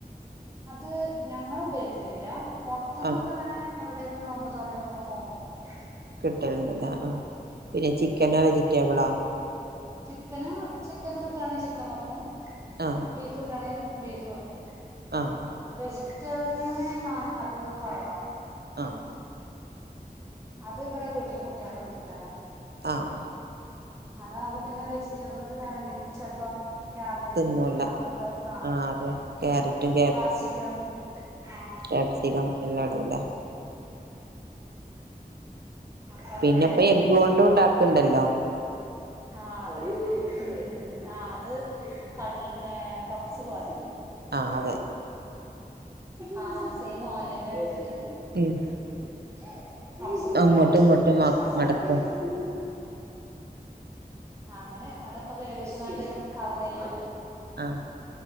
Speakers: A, on the right; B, on the right.
A: അത് ഞങ്ങളു ഉപയോഗിക്കലില്ല പുറത്തന്നൊക്കെ
B: ആഹ്
A: അങ്ങനെ ഇട നോമ്പ് തുറക്കെ പോകുമ്പോ കിട്ടും
B: കിട്ടലുണ്ടല്ലോ ആ പിന്നെ ചിക്കനോ വെജിറ്റബിളോ
A: ചിക്കന ചിക്കന് കിട്ടവാണെങ്കിൽ ചിക്കൻ വെക്കും
B: ആഹ്
A: ബീഫ് കിട്ടയാണെങ്കിൽ ബീഫ് വെക്കും
B: ആഹ്
A: വെജിറ്റേറിയന മാ അത് കുറവാ
B: ആഹ
A: അത് ഇവിടെ വീട്ടില് കുട്ടിയക്കൊന്നും ഇഷ്ടല്ലാ
B: ആഹ
A: അതകുമ്പോ പിന്നെ വെജിറ്റബിൾ വറ ചെിലപ്പോം ക്യാബെജിന്റതും
B: തിന്നൂല
A: അങ്ങനെയൊക്കെ ആഹ
B: ആഹ് അതെ ക്യാരറ്റും
A: ക്യാപ്‌സിക്കാം ആ
B: ക്യാപ്സികം എല്ലാം ഇടുല്ല
A: അപ്പൊ
B: പിന്നെ
A: അതുകൊണ്ടൊന്നും
B: ഇപ്പോ എഗ്ഗ് കൊണ്ടും ഉണ്ടാക്ക്ണ്ടല്ലോ
A: ആത് വളി പോയി <unintelligible> ആഅത് കട്ല പപ്പ്സ് പോലെ
B: ആ അതെ
A: ആ <unintelligible> സൈം ഓലെന്നെ എടുത്തിട്ട്
B: ഉം
A: എന്താ മനേ ഇദ് പപ്സ് പോലെ
B: അങ്ങോട്ടും ഇങ്ങോട്ടും
A: വെച്ച്
B: മ
A: മസാല
B: മടക്കും
A: ഇട്ടിട്ട് മ് മ് അങ്ങനെ അതൊക്കെ വേവിച്ചണ്ട് കവർ ചെയ്യും
B: ആഹ്